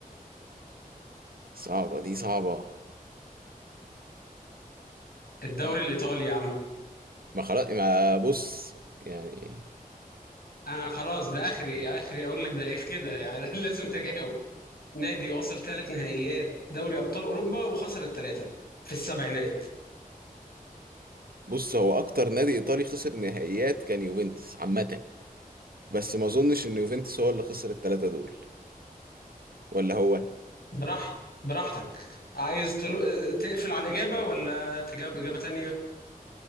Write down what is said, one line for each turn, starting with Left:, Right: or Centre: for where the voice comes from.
Right: صعبة دي صعبة
Left: الدوري الايطالي يا عم
Right: ما خلاص ما بص يعني
Left: انا خلاص ده اخري اخري اقول لك ده ايه كده يعني <laughs> لازم تجاوب نادي وصل ثلاث نهائيات دوري ابطال اوروبا وخسر الثلاثه في السبعينات
Right: بص هو اكتر نادي ايطالي خسر نهائيات كان يوفنتوس عامة بس ما اظنش ان يوفنتوس هو اللي خسر التلاتة دول ولا هو
Left: براحت براحتك عايز تل... تقفل على الاجابه ولا تجاوب اجابه تانية